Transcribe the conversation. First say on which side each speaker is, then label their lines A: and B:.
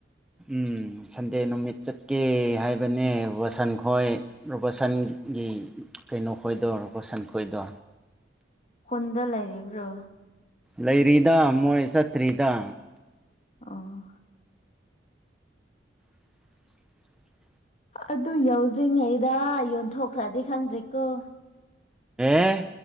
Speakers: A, in the centre; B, on the left.
A: ꯎꯝ ꯁꯟꯗꯦ ꯅꯨꯃꯤꯠ ꯆꯠꯀꯦ ꯍꯥꯏꯕꯅꯦ ꯔꯣꯁꯟ ꯈꯣꯏ ꯔꯣꯕꯥꯔꯠꯁꯟꯒꯤ ꯀꯩꯅꯣ ꯈꯣꯏꯗꯣ ꯔꯣꯕꯥꯔꯠꯁꯟ ꯈꯣꯏꯗꯣ
B: ꯈꯨꯟꯗ ꯂꯩꯥꯏꯔꯤꯕ꯭ꯔꯣ
A: ꯂꯩꯔꯤꯗ ꯃꯣꯏ ꯆꯠꯇ꯭ꯔꯤꯗ
B: ꯑꯣ
A: <inaudible>
B: ꯑꯗꯨ ꯌꯧꯗ꯭ꯔꯤꯉꯩꯗ ꯌꯣꯟꯊꯣꯛꯈ꯭ꯔꯗꯤ ꯈꯪꯗ꯭ꯔꯦꯀꯣ
A: ꯑꯦ